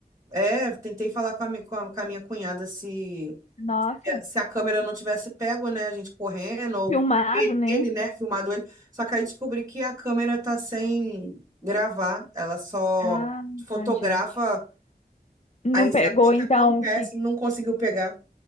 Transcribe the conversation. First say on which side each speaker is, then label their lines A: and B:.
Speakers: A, on the right; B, on the left.
A: é, tentei falar com a, mi- com a, com a minha cunhada se,
B: Nossa,
A: se a câmera não tivesse pego, né, a gente correndo, ou
B: filmado,
A: e-
B: né?
A: ele, né, filmado ele. Só que aí descobri que a câmera tá sem gravar, ela só
B: Ah,
A: fotografa
B: ai, gente. Não
A: as
B: pegou,
A: cenas que
B: então,
A: acontecem,
B: que.
A: não conseguiu pegar.